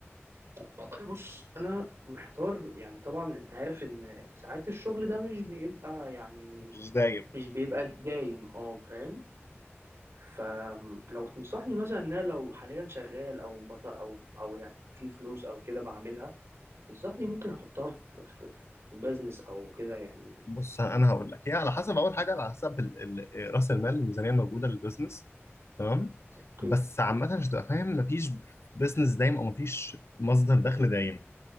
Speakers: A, on the right; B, on the left.
A: والله بص أنا محتار يعني طبعا أنت عارف إن ساعات الشغل ده مش بيبقى يعني
B: مش دايم
A: مش بيبقى دايم أه فاهم فلو تنصحني مثلا ان انا لو حاليا شغال او بط او او يعني في فلوس او كده بعملها تنصحني ممكن احطها في في, في بزنس او كده يعني
B: بص أنا هقول لك هي على حسب أول حاجة على حسب ال- ال- رأس المال الميزانية الموجودة للبزنس تمام؟
A: اوكي
B: بس عامة
A: مم.
B: عشان تبقى فاهم مفيش بزنس دايم أو مفيش مصدر دخل دايم